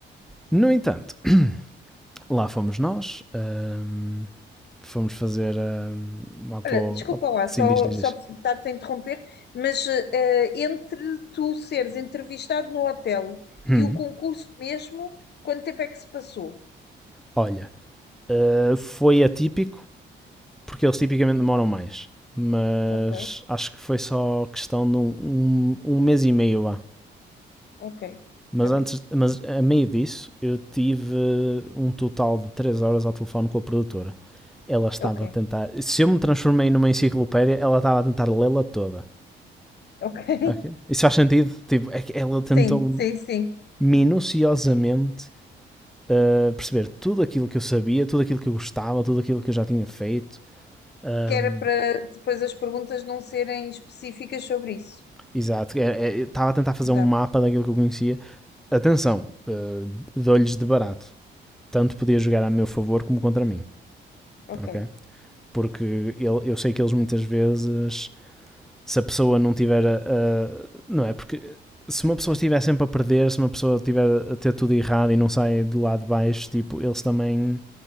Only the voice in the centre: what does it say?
No entanto, <clears throat> <coughs> lá fomos nós. Um, fomos fazer hum, lá para
o.
Sim,
diz, diz,
diz.
Hum,
olha, eh, foi atípico, porque eles tipicamente demoram mais. Mas
acho que foi só questão de um, um, um mês e meio lá.
Mas
antes, mas a meio disso, eu tive um total de 3 horas ao telefone com a produtora. Ela estava
a tentar. Se eu me transformei numa enciclopédia, ela estava a tentar lê-la toda.
Ok? Isso faz sentido? Tipo, é que ela tentou
minuciosamente uh, perceber tudo aquilo que eu sabia, tudo aquilo que eu gostava, tudo aquilo que eu já tinha feito. Um,
exato, é, é, estava a tentar fazer
um mapa daquilo que eu conhecia. Atenção, uh, dou-lhes de barato. Tanto podia jogar a meu favor como contra mim,
ok? Porque ele, eu sei que eles muitas vezes, se a pessoa não tiver. A, a, não é? Porque se uma pessoa estiver sempre a perder, se uma pessoa estiver a ter tudo errado e não sai do lado de baixo, tipo, eles também,